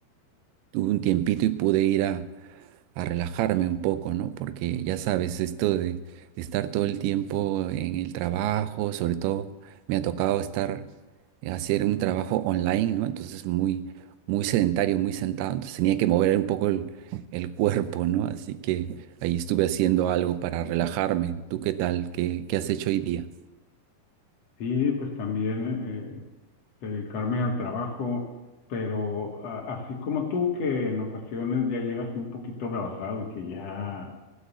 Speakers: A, on the right; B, on the left.
A: tuve un tiempito y pude ir a, a relajarme un poco, ¿no? Porque ya sabes, esto de, de estar todo el tiempo en el trabajo, sobre todo me ha tocado estar, eh, hacer un trabajo online, ¿no? Entonces muy, muy sedentario, muy sentado, entonces tenía que mover un poco el, el cuerpo, ¿no? Así que ahí estuve haciendo algo para relajarme. ¿Tú qué tal? ¿Qué, qué has hecho hoy día?
B: Sí, pues también eh, dedicarme al trabajo, pero a- así como tú, que en ocasiones ya llegas un poquito rebasado y que ya